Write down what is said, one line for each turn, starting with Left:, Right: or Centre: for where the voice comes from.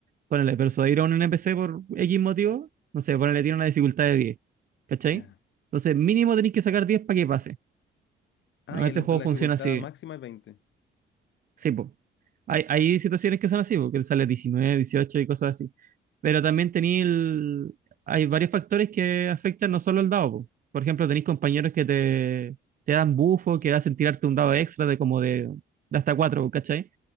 Right: ponerle persuadir a un NPC por X motivo, no sé, ponerle tiene una dificultad de 10, ¿cachai?
Left: Ya.
Right: Entonces, mínimo tenéis que sacar 10 para que pase.
Left: Ah,
Right: Bueno,
Left: y
Right: este
Left: la
Right: juego
Left: la
Right: funciona
Left: dificultad
Right: así.
Left: máxima es veinte
Right: Sí, po. Hay, hay situaciones que son así, porque él sale 19, 18 y cosas así. Pero también tenéis el... hay varios factores que afectan no solo el dado. po. Por ejemplo, tenéis compañeros que te, te dan bufo, que hacen tirarte un dado extra de como de, de hasta 4, ¿cachai?